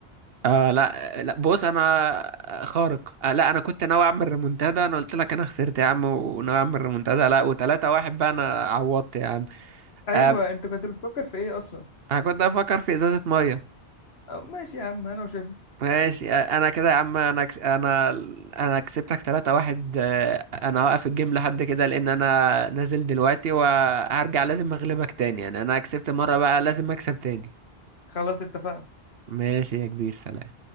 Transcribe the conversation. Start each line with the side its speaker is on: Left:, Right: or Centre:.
Right: آه لا آه، لا بص انا آه، خارق آه لا انا كنت ناوي اعمل ريمونتادا انا قلت لك انا خسرت يا عم وناوي اعمل ريمونتادا لا وتلاتة واحد بقى انا عوضت يا عم
Left: ايوه
Right: آه
Left: انت كنت بتفكر في ايه اصلا
Right: انا كنت افكر في ازازة مية
Left: أو ماشي يا عم انا وشايفك
Right: ماشي انا كده يا عم انا كس... انا انا كسبتك 3 واحد آه، انا هوقف الجيم لحد كده لان انا نازل دلوقتي وهرجع لازم اغلبك تاني يعني انا كسبت مرة بقى لازم اكسب تاني
Left: خلاص اتفقنا
Right: ماشي يا كبير سلام